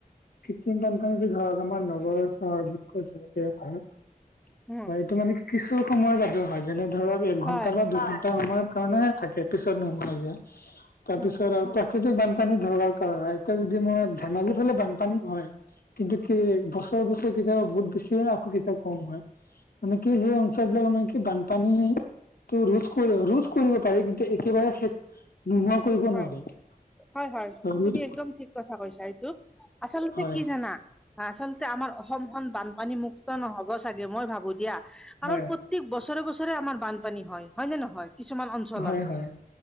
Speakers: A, on the left (about 85°); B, in the centre.
A: কৃত্ৰিম বানপানী যে ধৰক আমাৰ নগৰ চহৰ বিলাকৰ যেনেকে হয়
B: উম
A: বা এইটো মানে কিছু সময়ৰ বাদে হয় যেনে ধৰক একঘণ্টা
B: হয়
A: বা দুঘন্টা সময়ৰ কাৰণে থাকে পিছত নোসোমাই যে তাৰ
B: উম
A: পিছত আৰু তাক প্ৰাকৃতিক বানপানী ধৰাৰ কাৰণ হয় এতিয়া যদি মই ধেমাজি ফালে বানপানী হয় কিন্তু কি বছৰে বছৰে কেতিয়াবা বহুত বেছি হয় আকৌ কেতিয়াবা কম হয় মানে কি সেই অঞ্চলবিলাক মানে কি বানপানীটো ৰোধ ৰোধ কৰিব পাৰি, কিন্তু একেবাৰে শেষ নোহোৱা কৰিব
B: হয়,
A: নোৱাৰি।
B: হয়, হয়!
A: ৰোধ
B: তুমি একদম ঠিক কথা কৈছা এইটো আচলতে
A: হয়
B: কি জানা আচলতে আমাৰ অসমখন বানপানীমুক্ত নহ'ব চাগে মই ভাবোঁ দিয়া, কাৰণ
A: হয়
B: প্ৰ ত্যেক, বছৰে, বছৰে আমাৰ বানপানী হয়! হয়নে নহয় কিছুমান অঞ্চলত
A: হয় হয়